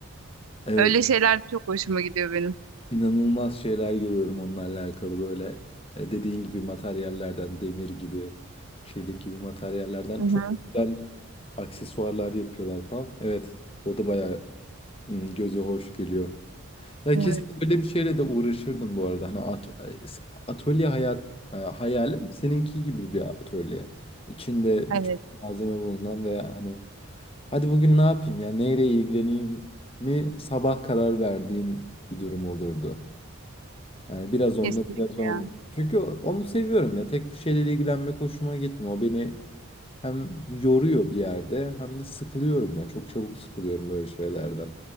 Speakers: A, on the left; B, on the right.
A: Evet
B: Öyle şeyler çok hoşuma gidiyor benim.
A: İnanılmaz şeyler görüyorum onlarla alakalı böyle e, dediğin gibi materyallerden demir gibi çelik gibi materyallerden
B: Hı hı.
A: çok güzel aksesuarlar yapıyorlar falan. Evet o da bayağı hmm, göze hoş geliyor. Ya
B: Evet.
A: kesin öyle bir şeyle de uğraşırdım bu arada. Hani at- atölye hayat e, hayalim seninki gibi bir atölye. İçinde
B: Evet.
A: birçok malzeme bulunan ve hani hadi bugün ne yapayım ya neyle ilgileneyim mi sabah karar verdiğim bir durum olurdu. Yani biraz onunla
B: Kesinlikle
A: biraz onunla.
B: ya.
A: Çünkü onu seviyorum ya. Tek bir şeyle ilgilenmek hoşuma gitmiyor. O beni hem yoruyor bir yerde hem de sıkılıyorum ya. Çok çabuk sıkılıyorum böyle şeylerden.